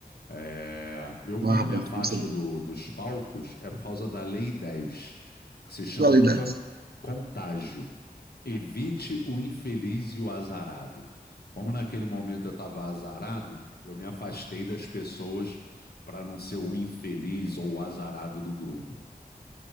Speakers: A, on the left; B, on the right.
A: É, Eu, quando
B: Ah, bom,
A: me afasto
B: que pensador.
A: do- dos palcos, é por causa da Lei 10, que se chama
B: Qualidades.
A: con- contágio. Evite o infeliz e o azarado. Como naquele momento eu estava azarado, eu me afastei das pessoas para não ser o infeliz ou o azarado do grupo.